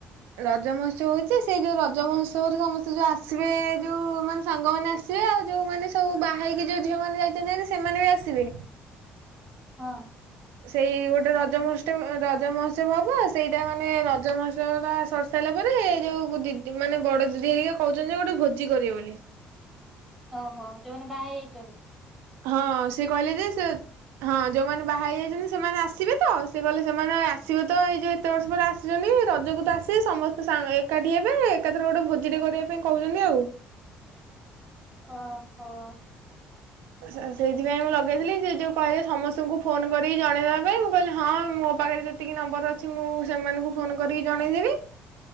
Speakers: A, on the right; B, in the centre.
A: ରଜ ମହୋତ୍ସବ ହଉଚି ଯେ ସେଇ ଯୋଉ ରଜ ମହୋତ୍ସବରେ ସମସ୍ତେ ଯୋଉ ଆସିବେ ଯୋଉ ମାନେ ସାଙ୍ଗମାନେ ଆସ ଆସିବେ ଆଉ ଯୋଉମାନେ ସବୁ ବାହାହେଇକି ଯୋଉ ଝିଅ ମାନେ ଯାଇଛନ୍ତି ଭାରି ସେମାନେ ବି ଆସିବେ।
B: ହଁ।
A: ସେଇ ଗୋଟେ ରଜ ମହୋତ୍ସବଅ ରଜ ମହୋତ୍ସବ ହବ ସେଇଟା ମାନେ ରଜ ମହୋତ୍ସବ ଟା ସ ସାରିଲା ପରେ ଯୋଉ ଦିଦି ମାନେ ବଡ଼ ଦିଦି ହେରିକି କହୁଛନ୍ତି ଗୋଟେ ଭୋଜି କରିବେ ବୋଲି।
B: ଓହୋ ଯୋଉମାନେ ବାହା ହେଇ ଯାଇଛନ୍ତି।
A: ହଁ ସେ କହିଲେ ଯେ ସେ ହଁ ଯୋଉମାନେ ବାହା ହେଇ ଯାଇଛନ୍ତି ସେମାନେ ଆସିବେ ତ ସେ କହିଲେ ସେମାନେ ଆସିବେ ତ ଏଇ ଯେ କେତେ ବର୍ଷ ପରେ ଆସିଛନ୍ତି ରଜକୁ ତ ଆସିବେ ସମସ୍ତେ ସା ଏକାଠି ହେବେ ଏକାଥରେ ଗୋଟେ ଭୋଜିଟେ କରିବା ପାଇଁ କହୁଛନ୍ତି ଆଉ
B: ଓହୋ।
A: ସେ-ସେଇଥିପାଇଁ ମୁଁ ଲଗେଇଥିଲି ସେ ଯୋଉ କହିଲେ ସମସ୍ତଙ୍କୁ ଫୋନ କରିକି ଜଣେଇଦବା ପାଇଁ ମୁଁ କହିଲି ହଁ ମୋ ପାଖରେ ଯେତି ଏତିକି ନମ୍ବର ଅଛି ମୁଁ ସେମାନଙ୍କୁ ଫୋନ କରିକି ଜଣେଇଦେବି।